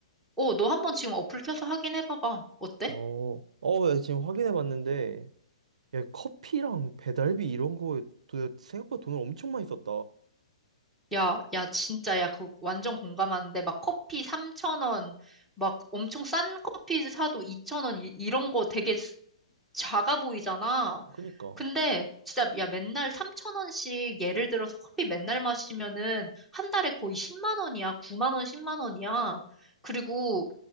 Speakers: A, in the centre; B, on the right.
A: 어, 너 한번 지금 어플 켜서 확인해봐봐. 어때?
B: 어. 어, 야, 지금 확인해 봤는데 야, 커피랑 배달비 이런 거에 도- 생각보다 돈을 엄청 많이 썼다.
A: 야, 야, 진짜, 야, 그 완전 공감하는데, 막 커피 3천원 막 엄청 싼 커피 사도 2천원 이, 이런 거 되게 스- 작아 보이잖아.
B: 그니까.
A: 근데, 진짜, 야, 맨날 3천원씩 예를 들어서 커피 맨날 마시면은, 한 달에 거의 10만 원이야. 9만 원, 10만 원이야. 그리고,